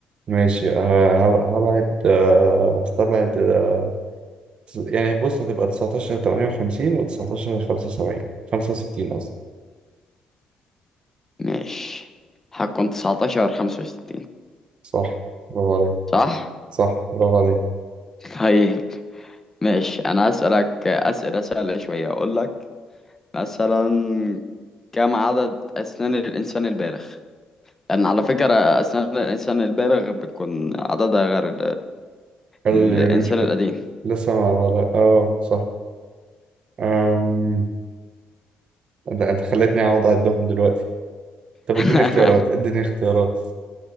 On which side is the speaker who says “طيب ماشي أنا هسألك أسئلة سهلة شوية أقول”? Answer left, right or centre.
Left